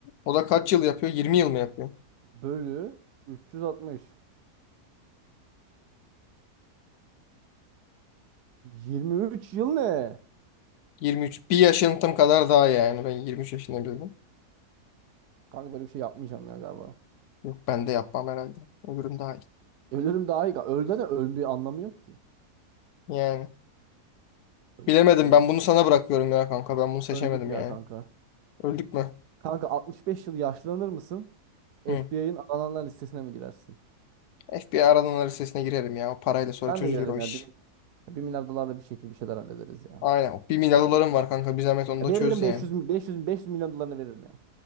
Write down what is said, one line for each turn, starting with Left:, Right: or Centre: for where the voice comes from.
Left: O da kaç yıl yapıyor? 20 yıl mı yapıyor?
Right: Bölü 360. 23 yıl ne?
Left: 23. Bir yaşıntım kadar daha yani. Ben 23 yaşında bildim.
Right: Kanka böyle bir şey yapmayacağım ya galiba.
Left: Yok ben de yapmam herhalde. Öbürüm daha iyi.
Right: Ölürüm daha iyi. Öldü de öl bir anlamı yok ki.
Left: Yani.
Right: Öldük,
Left: Bilemedim
Right: öl-
Left: ben bunu sana bırakıyorum ya kanka ben bunu seçemedim
Right: öldük ya
Left: yani.
Right: kanka.
Left: Öldük mü?
Right: Kanka 65 yıl yaşlanır mısın? FBI'ın
Left: Hı.
Right: arananlar listesine mi girersin?
Left: FBI aradan listesine girerim ya o parayla sonra
Right: Ben
Left: çözülür
Right: de girerim
Left: o iş.
Right: ya. Bir milyar dolarla bir şekilde bir şeyler hallederiz ya.
Left: Aynen o bir milyar dolarım var kanka bir zahmet onu
Right: Ya
Left: da
Right: veririm
Left: çöz yani.
Right: 500 mi- 500 mi- 500 milyon dolarını veririm ya.